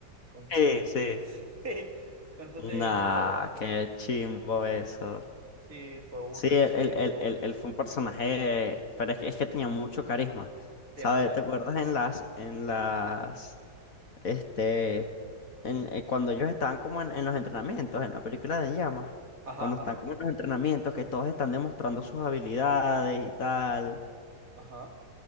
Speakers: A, on the right (about 50°); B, on the left (about 50°).
A: Con, con
B: Sí,
A: eso.
B: sí.
A: <laughs> Sí, con eso te digo
B: Nah,
A: todo.
B: qué chimbo eso.
A: Sí, fue burde
B: Sí, él,
A: chimbo.
B: él- él- él- él fue un personaje, pero es que, es que tenía mucho carisma,
A: Demasiado.
B: ¿sabes? ¿Te acuerdas en las, en las, este, en, eh, cuando ellos estaban como en, en los entrenamientos, en la película de En Llamas,
A: Ajá,
B: cuando están
A: ajá,
B: como en los entrenamientos, que todos están demostrando sus habilidades y tal.
A: ajá.